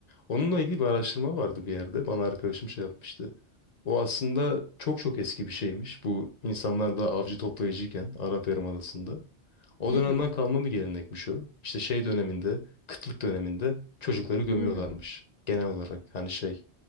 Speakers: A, on the left (about 45°); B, on the left (about 65°).
A: Onunla ilgili bir araştırma vardı bir yerde. Bana arkadaşım şey yapmıştı. O aslında çok çok eski bir şeymiş. Bu insanlar da avcı toplayıcıyken Arap Yarımadası'nda. O
B: Hı
A: dönemden
B: hı.
A: kalma bir gelenekmiş o. İşte şey döneminde, kıtlık döneminde çocukları gömüyorlarmış.
B: Hımm.
A: Genel olarak hani şey